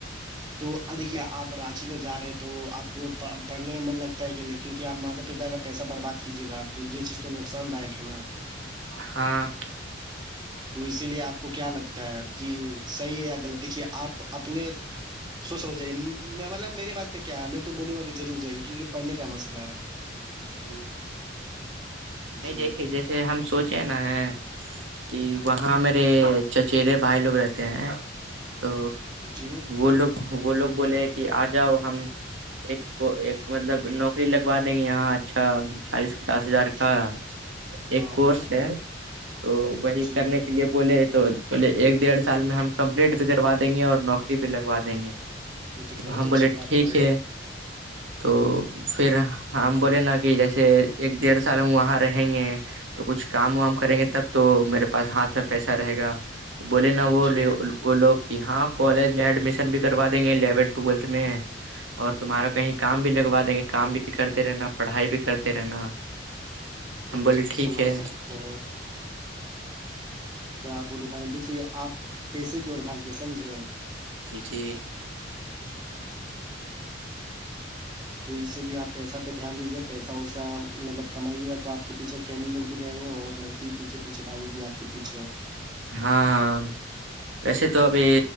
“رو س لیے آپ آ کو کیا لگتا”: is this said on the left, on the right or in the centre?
Right